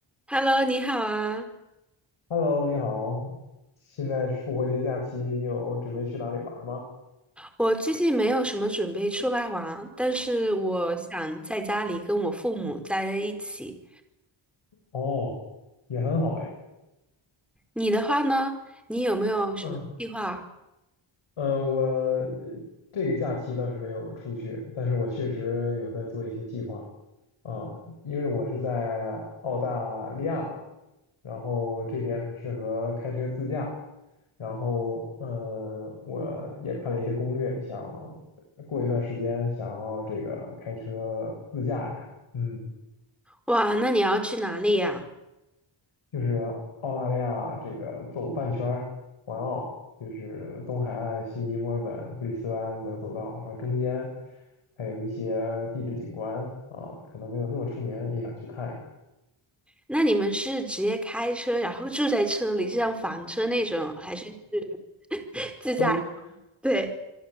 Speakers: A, in the centre; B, on the left (about 80°).
A: Hello，你好啊！
B: Hello，你好，现在是复活节假期，你有准备去哪里玩吗？
A: 我最近没有什么准备出来玩，但是我想在家里跟我父母待在一起。
B: 哦，也很好哎。
A: 你的话呢？你有没有什么计划？
B: 嗯，呃，我呃这个假期倒是没有出去，但是我确实有在做一些计划啊，因为我是在澳大利亚嘛，然后这边很适合开车自驾，然后呃，我也看了一些攻略，想过一段时间想要这个开车自驾一下，嗯。
A: 哇，那你要去哪里呀？
B: 就是澳大利亚这个走半圈儿环澳，就是东海岸悉尼、墨尔本、布里斯班都走到，然后中间还有一些地质景观啊，可能没有那么出名，也想去看一看，
A: 那你们是直接开车，然后住在车里，就像房车那种，还是是自驾？
B: 都
A: 对，